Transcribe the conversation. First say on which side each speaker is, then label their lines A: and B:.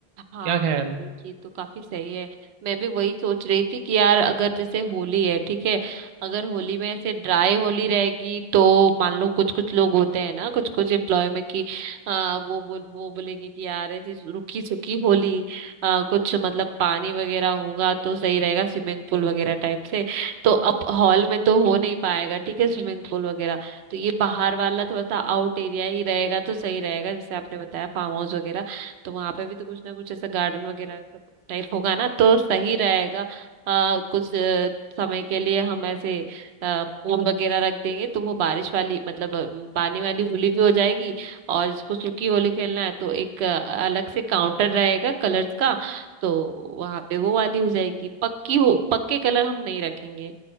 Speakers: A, on the right; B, on the right.
A: हाँ
B: क्या ख्याल है
A: ये तो काफी सही है मैं भी वही सोच रही थी कि यार अगर जैसे होली है ठीक है अगर होली में ऐसे ड्राई होली रहेगी तो मान लो कुछ कुछ लोग होते हैं ना कुछ कुछ एम्प्लॉय में कि आ, वो बोल वो बोलेंगे कि यार ऐसी रुकी सुकी होली आ, कुछ मतलब पानी वगैरह होगा तो सही रहेगा स्विमिंग पूल वगैरह टाइप से तो अब हॉल में तो हो नहीं पाएगा ठीक है स्विमिंग पूल वगैरह तो ये बाहर वाला थोड़ा सा आउट एरिया ही रहेगा तो सही रहेगा जैसे आपने बताया फार्म हाउस वगैरह तो वहां पे भी तो कुछ ना कुछ ऐसा गार्डन वगैरह सब टाइप होगा ना तो सही रहेगा आ, कुछ अ, समय के लिए हम ऐसे अ, पूल वगैरह रख देंगे तो वो बारिश वाली मतलब अ, पानी वाली होली भी हो जाएगी और जिसको सूखी होली खेलना है तो एक अ, अलग से काउंटर रहेगा कलर्स का तो वहां पे वो वाली हो जाएगी पक्की हो पक्के कलर हम नहीं रखेंगे